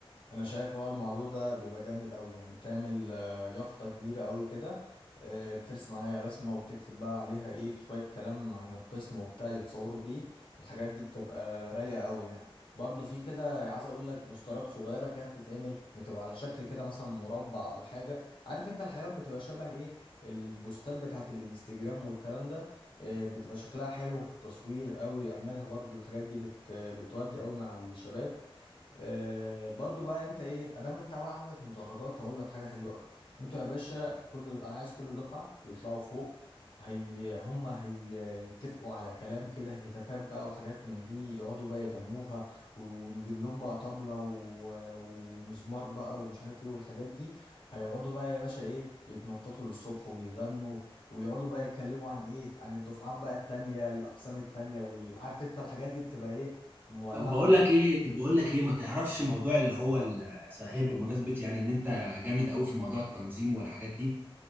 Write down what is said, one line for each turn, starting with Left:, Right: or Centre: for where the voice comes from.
Left: انا شايف اه الموضوع ده بيبقى جامد قوي يعني بتعمل آه، يافطه كبيره قوي كده آه، بترسم عليها رسمه وبتكتب بقى عليها ايه شويه كلام عن القسم وبتاع يتصوروا بيه الحاجات دي بتبقى رايقه قوي يعني برضو في كده عايز اقول لك بوسترات صغيره كده بتتعمل بتبقى على شكل كده مثلا مربع او حاجه عارف انت الحاجات بتبقى شبه ايه البوستات بتاعت الانستجرام والكلام ده آه، بتبقى شكلها حلو في التصوير قوي اعملها برضو الحاجات دي بت بتودي قوي مع الشباب آه، برضو بقى انت ايه ادام انت بقى عندك مدرجات هقول لك حاجه حلوه قوي انتوا يا باشا كل انا عايز كل دفعه يطلعوا فوق هي هم هي يتفقوا على كلام كده هتافات بقى وحاجات من دي يقعدوا بقى يغنوها ونجيب لهم بقى طبلة و- ومزمار بقى ومش عارف ايه والحاجات دي هيقعدوا بقى يا باشا ايه يتنططوا للصبح ويغنوا ويقعدوا بقى يتكلموا عن ايه عن الدفعات بقى التانية الاقسام التانية والعارف انت الحاجات دي بتبقى ايه مولعة
Right: طب بقول
Left: نار.
Right: لك ايه طب بقول لك ايه ما تعرفش موضوع اللي هو ال- صحيح بمناسبه يعني ان انت جامد قوي في موضوع التنظيم والحاجات دي